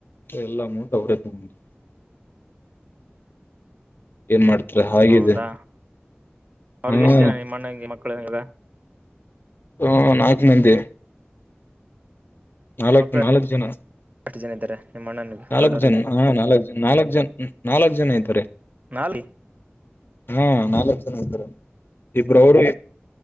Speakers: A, on the left; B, on the right.
A: ಎಲ್ಲ ಅಮೌಂಟ್ ಅವ್ರೇ ತಗೊಂಡು ಮಾಡ್ತೀರ ಹಾಗಿದೆ
B: ಹೌದಾ ಅವ್ರಿಗೆ
A: ಹ್ಮ್
B: ಎಷ್ಟು ಜನ ನಿಮ್ಮ ಅಣ್ಣ ಮಕ್ಕಳಾಗ
A: ಹ ನಾಕು ಮಂದಿ ನಾಲ್ಕ್
B: ಮಕ್ಕಳು
A: ನಾಲ್ಕ್ು ಜನ
B: ಎಷ್ಟು ಜನ ಇದ್ದಾರೆ ನಿಮ್ಮ ಅಣ್ಣನಿಗೆ
A: ನಾಲ್ಕ್ು
B: ದೊಡ್ಡವರು
A: ಜನ ಹಾ ನಾಲ್ಕ್ ಜನ್ ನಾಲ್ಕ್ ಜನ್ ನಾಲ್ಕ್ು ಜನ ಇದತಾರೆ
B: ನಾಳೆ
A: ಹಾ ನಾಲ್ಕ್ ಜನ ಇದತಾರೆ ಇಬ್ರ ಅವರು